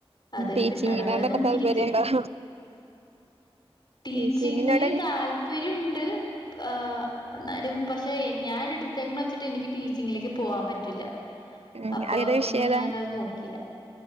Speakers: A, on the left (about 45°); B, on the right (about 80°).
A: അത്
B: ടീച്ചിങ്ങിനോടൊക്കെ
A: കിട്ടണവരെ നോക്കിയിരിക്കും
B: താല്പര്യണ്ടോ
A: ടിച്ചിങ്ങിൽ
B: ടീച്ചിങ്ങിനോടെ
A: താല്പര്യണ്ട് ഉഹ് എന്നാലും പക്ഷേ ഞാൻ എടുത്തേക്ക്ണ വെച്ചിട്ട് എനിക്ക് ടീച്ചിങ്ങിലേക്ക് പോകാൻ പറ്റൂല്ല
B: ഉം
A: അപ്പൊ,
B: അതേതാ
A: പിന്നെ
B: വിഷയേതാ
A: ഞാൻ അത് നോക്കിയില്ല.